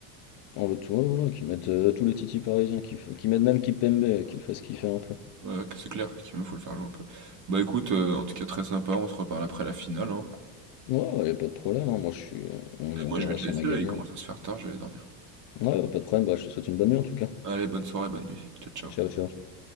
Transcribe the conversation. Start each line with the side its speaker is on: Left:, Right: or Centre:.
Left: On veut tout, ouais, voilà, qu'ils mettent euh, tous les titis parisiens, qu'ils f- qu'ils mettent même Kipembe, qu'ils le fassent kiffer un peu.
Right: Ouais, que c'est clair qu'il me faut le faire jouer un peu. Bah écoute, euh, en tout cas très sympa, on se reparle après la finale, hein.
Left: Ouais, ouais, y a pas de problème, hein, moi je suis... On,
Right: Et
Left: on
Right: moi
Left: verra
Right: je vais te
Left: si
Right: laisser
Left: on a gagné.
Right: là, il commence
Left: hein.
Right: à se faire tard, je vais aller dormir.
Left: Ouais, ouais, pas de problème, bah je te souhaite une bonne nuit en tout cas.
Right: Allez, bonne soirée, bonne nuit. Ciao, ciao.
Left: Ciao, ciao.